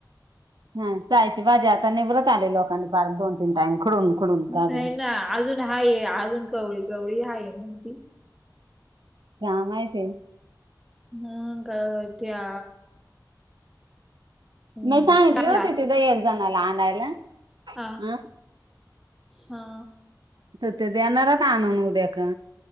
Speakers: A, on the right; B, in the centre.
A: हा चायची बाजी आता निवरत आले लोकांनी पार दोन तीन टाईम खुडून खडून
B: नाही
A: काढले.
B: ना अजून हाय आहे अजून कवळी कवळी हाय आहे म्हणत.
A: काम आहे ते.
B: ह का त्या हम्म
A: मी सांगितली होती
B: हा
A: तिथं एक जणाला आणायला.
B: हा
A: हं
B: हा.
A: तर ते देणारच आणून उद्या का